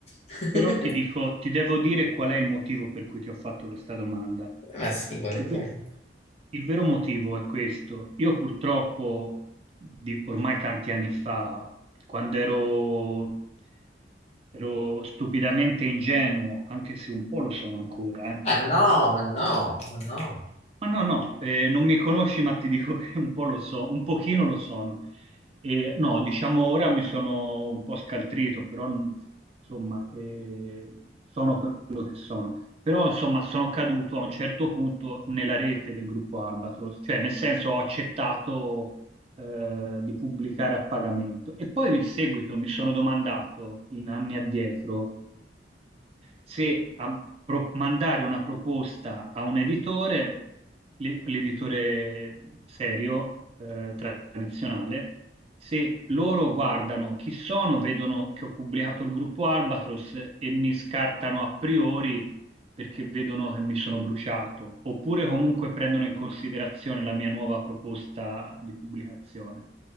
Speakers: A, on the left; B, on the right.
A: <laughs>
B: Però ti dico, ti devo dire qual è il motivo per cui ti ho fatto questa domanda.
A: Ma sì, volentieri.
B: Il, ver- il vero motivo è questo. Io purtroppo, di- ormai tanti anni fa, quando ero, ero stupidamente ingenuo, anche se un po' lo sono ancora, eh,
A: Ma no, ma no, ma no.
B: ma no, no, eh, non mi conosci, ma ti dico che un po' lo so, un pochino lo sono. Eh, no, diciamo ora mi sono un po' scaltrito, però n- insomma, eh, sono quello che sono. Però insomma, sono caduto a un certo punto nella rete del gruppo Albatros, cioè nel senso ho accettato eh, di pubblicare a pagamento. E poi in seguito mi sono domandato, in anni addietro, se a pro- mandare una proposta a un editore le- l'editore serio, eh, tradizionale, se loro guardano chi sono, vedono che ho pubblicato il gruppo Albatros e mi scartano a priori perché vedono che mi sono bruciato, oppure comunque prendono in considerazione la mia nuova proposta di pubblicazione.